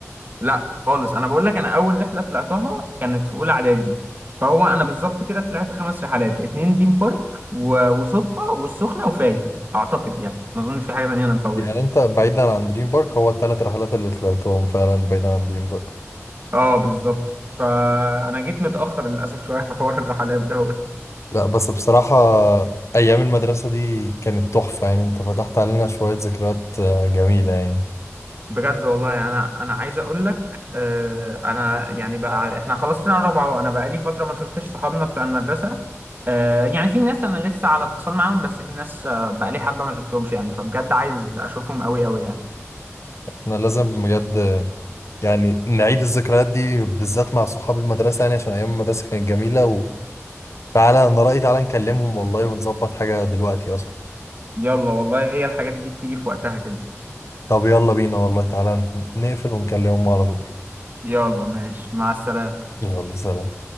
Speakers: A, on the right; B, on the left.
A: لا خالص انا بقول لك انا اول رحله طلعتها كانت في اولى اعدادي فهو انا بالظبط كده طلعت خمس رحلات اتنين دريم بارك و... وصدفه والسخنه وفايد اعتقد يعني ما اظنش في حاجه تانيه انا مفوتها
B: يعني انت بعيدا عن دريم بارك هو الثلاث رحلات اللي طلعتهم فعلا بعيدا عن دريم بارك
A: اه بالظبط فانا جيت متاخر للاسف شويه في حوار الرحلات ده
B: لا بس بصراحه ايام المدرسه دي كانت تحفه يعني انت فتحت علينا شويه ذكريات آه، جميله يعني
A: بجد والله يعني انا انا عايز اقول لك آه انا يعني بقى احنا خلاص في سنه رابعه وانا بقى لي فتره ما شفتش صحابنا بتاع المدرسه آه يعني في ناس انا لسه على اتصال معاهم بس في ناس آه بقى لي حبه ما شفتهمش يعني فبجد عايز اشوفهم قوي قوي يعني
B: احنا لازم بجد يعني نعيد الذكريات دي بالذات مع صحاب المدرسة يعني عشان أيام المدرسة كانت جميلة تعالى انا رأيي تعالى نكلمهم والله ونظبط حاجة دلوقتي اصلا
A: يلا والله هي الحاجات دي بتيجي في وقتها كده
B: طب يلا بينا والله تعالى نقفل ونكلمهم على طول
A: يلا ماشي مع السلامه
B: يلا سلام